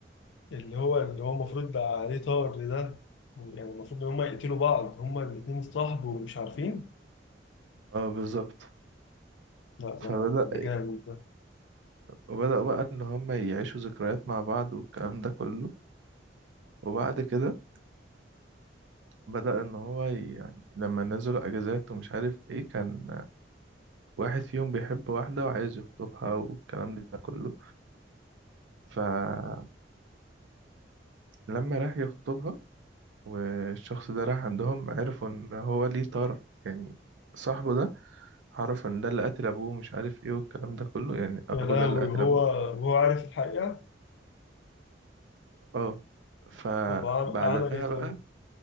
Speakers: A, on the left (about 75°); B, on the right (about 85°).
A: اللي هو اللي هو المفروض بقى عليه طار ده يعني المفروض ان هما يقتلوا بعض هما الاتنين اتصاحبوا ومش عارفين
B: اه بالظبط
A: لا
B: فبدأ
A: ده ده جامد ده
B: وبدأوا بقى إن هما يعيشوا ذكريات مع بعض والكلام ده كله وبعد كده بدأ إن هو ي- يعني لما نزلوا أجازات ومش عارف إيه كان واحد فيهم بيحب واحدة وعايز يخطبها والكلام ده كله فلما راح يخطبها والشخص ده راح عندهم عرفوا ان هو ليه طار يعني صاحبه ده عرف ان ده اللي قتل ابوه مش عارف ايه والكلام ده كله يعني
A: يا
B: ابو
A: لهوي
B: ده اللي قتل
A: وهو
B: ابوه
A: وهو عارف الحقيقة
B: اه فبعدها
A: طب عم- عمل ايه طيب
B: بقى